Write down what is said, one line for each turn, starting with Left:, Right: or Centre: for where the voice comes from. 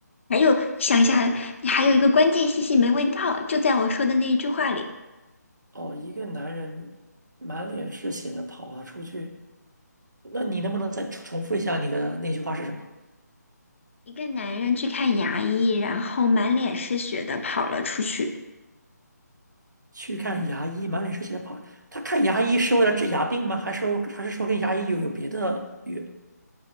Left: 还有想一下，还有一个关键信息没问到，就在我说的那一句话里，
Right: 哦，一个男人满脸是血的跑了出去，那你能不能再重重复一下你的那句话是什么？
Left: 一个男人去看牙医，然后满脸是血的跑了出去。
Right: 去看牙医，满脸是血的跑。他看牙医是为了治牙病吗？还是还是说跟牙医有有别的有